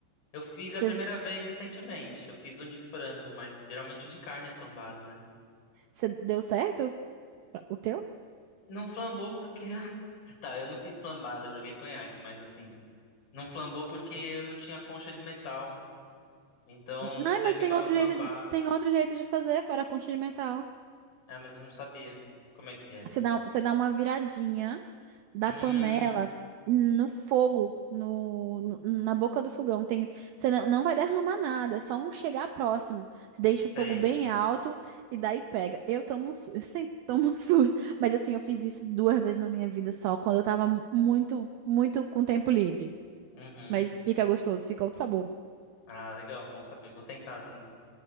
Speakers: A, on the left; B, on the right.
A: Eu fiz
B: Você,
A: a primeira vez recentemente. Eu fiz um de frango, mas geralmente de carne é flambado, né?
B: você deu certo o teu?
A: Não flambou porque. <laughs> Tá, eu não fiz flambado, eu joguei conhaque, mas assim. Não flambou porque eu não tinha concha de metal. Então
B: Não,
A: não teve
B: mas tem
A: como
B: outro
A: eu flambar.
B: jeito, tem outro jeito de fazer fora a conchita de metal.
A: Ah, mas eu não sabia. Como é que é?
B: Você dá, você dá uma viradinha da
A: Hum,
B: panela no fogo, no, no- na boca do fogão. Tem, você não, não vai derramar nada, é só um chegar próximo. deixa o fogo
A: sei.
B: bem alto e daí pega. Eu tomo um susto, eu sempre <laughs> tomo um susto. Mas assim, eu fiz isso duas vezes na minha vida só, quando eu tava muito, muito com tempo livre.
A: Uhum.
B: Mas fica gostoso, fica outro sabor.
A: Ah, legal, bom saber. Vou tentar, sim.